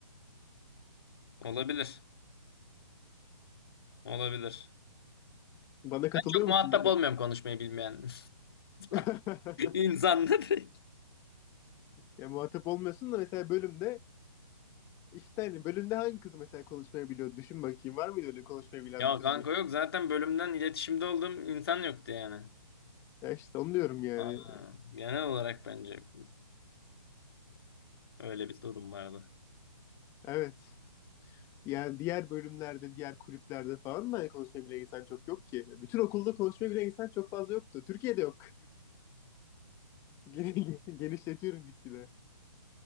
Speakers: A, on the left; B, on the left.
A: Olabilir. Olabilir.
B: Bana katılıyor
A: Ben çok muhatap
B: musun bu konuda?
A: olmuyorum konuşmayı bilmeyen <laughs>
B: <laughs>
A: insanla direkt.
B: Ya muhatap olmuyorsun da mesela bölümde işte hani bölümde hangi kız mesela konuşmayı biliyor? Düşün bakayım var mıydı öyle konuşmayı bilen
A: Ya
B: bir kız
A: kanka
B: böyle?
A: yok zaten bölümden iletişimde olduğum insan yoktu yani.
B: Ya işte onu diyorum yani.
A: Aa, genel olarak bence öyle bir durum vardı.
B: Evet. Yani diğer bölümlerde, diğer kulüplerde falan da konuşabilen insan çok yok ki. Bütün okulda konuşmaya konuşabilen insan çok fazla yoktu. Türkiye'de yok. <laughs> Gen- Genişletiyorum gitgide.